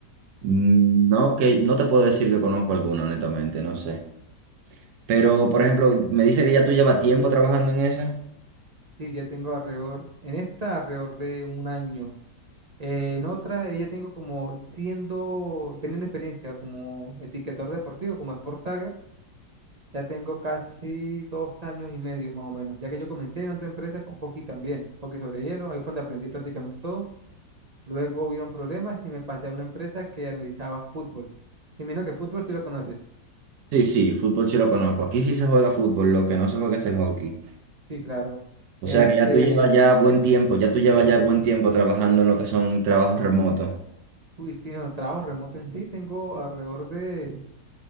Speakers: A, on the right; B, on the right.
A: Mm, No, que no te puedo decir que conozco alguno, honestamente, no sé. Pero, por ejemplo, me dice que ya tú llevas tiempo trabajando en esa.
B: Sí, ya tengo alrededor, en esta alrededor de un año. Eh, en otra, eh, ya tengo como siendo, teniendo experiencia como etiquetador deportivo, como Sport Tagger Ya tengo casi dos años y medio más o menos, ya que yo comencé en otra empresa con hockey también, hockey sobre hielo, ahí fue donde aprendí prácticamente todo. Luego hubieron problemas y me pasé a una empresa que analizaba fútbol. Si menos que fútbol, si lo conoces.
A: Sí, sí, fútbol sí lo conozco. Aquí sí se juega fútbol, lo que no se juega es el hockey.
B: Sí, claro.
A: O
B: Este,
A: sea que ya tú llevas ya buen tiempo, ya tú llevas ya buen tiempo trabajando en lo que son trabajos remotos.
B: uy, sí, no, trabajo remoto en sí, tengo alrededor de